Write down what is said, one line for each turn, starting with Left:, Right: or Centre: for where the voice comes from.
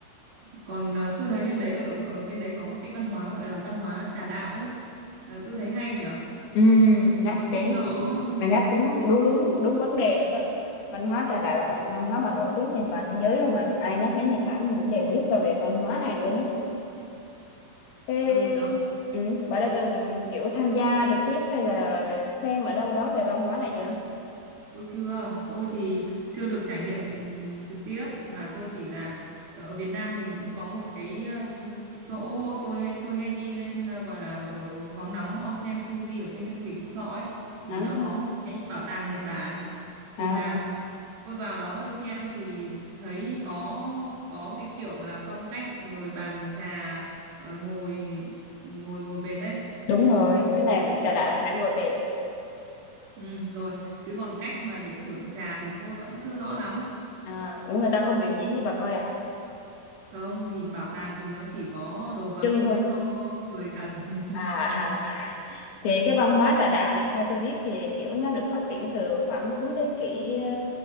Right: còn à, tôi thấy bên đấy ở ở bên đấy có cái văn hóa gọi là văn hóa trà đạo ấy. Ờ, tôi thấy hay nhỉ,
Left: Ừm, nhắc đến
Right: biết rõ
Left: gì chứ
Right: hơn
Left: mà nhắc
Right: không?
Left: đúng đúng đúng đúng vấn đề rồi đó văn hóa trà đạo là một văn hóa mà nổi tiếng trên toàn thế giới luôn mà ai nhắc đến Nhật Bản thì cũng đều biết về về văn hóa này luôn á thế
Right: Ừ đó.
Left: ừ, bà đã từng kiểu tham gia trực tiếp hay là xem ở đâu đó về văn hóa này chưa
Right: Tôi chưa, tôi thì chưa được trải nghiệm trực tiếp mà tôi chỉ là ở Việt Nam mình cũng có một cái ờ, chỗ tôi hay tôi hay đi lên ờ, gọi là ở khoáng nóng onsen Fuji ở trên Thanh Thủy Phú Thọ ấy thì
Left: à,
Right: nó có một cái bảo tàng Nhật Bản
Left: à
Right: thì là tôi vào đó tôi xem thì thấy có có cái kiểu là phong cách rồi bàn trà ờ, ngồi ngồi ngồi bệt ấy
Left: đúng rồi cái này
Right: thì
Left: trà đạo
Right: có
Left: là phải ngồi bệt
Right: ừ, rồi chứ còn cách mà để thưởng trà thì tôi vẫn chưa rõ lắm
Left: à, ủa người ta không biểu diễn cho bà coi à
Right: không thì bảo tàng thì nó chỉ có đồ vật
Left: trưng
Right: thôi
Left: thôi
Right: chứ không có người thật <laughs>
Left: à thì cái văn hóa trà đạo này theo tôi biết thì kiểu nó được phát triển từ khoảng cuối thế kỷ ờ,